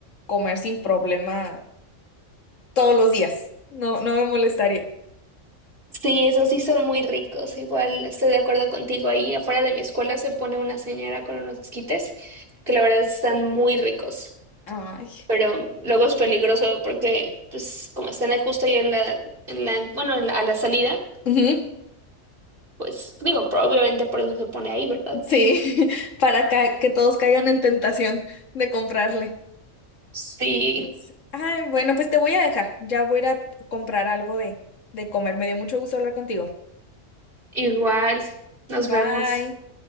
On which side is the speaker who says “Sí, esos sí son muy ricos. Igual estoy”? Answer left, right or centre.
Right